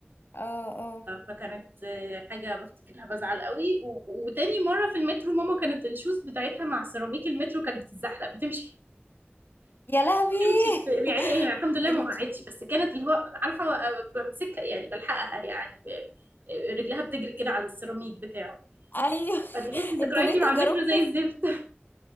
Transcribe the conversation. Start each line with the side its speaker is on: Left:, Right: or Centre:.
Left: اه اه
Right: فكانت حاجة بفتكرها بزعل قوي و... وتاني مرة في المترو ماما كانت الشوز بتاعتها مع سيراميك المترو كانت بتتزحلق بتمشي
Left: يا لهوي
Right: تمشي يعني
Left: <laughs>
Right: هي الحمد لله
Left: انت
Right: ما وقعتش بس كانت اللي هو عارفة بمسكها يعني بلحقها يعني ب... رجلها بتجري كده على السيراميك بتاعه
Left: ايوه <laughs>
Right: فتحسي ذكرياتي
Left: انتوا ليه
Right: مع
Left: تجاربكم
Right: المترو زي الزفت
Left: في...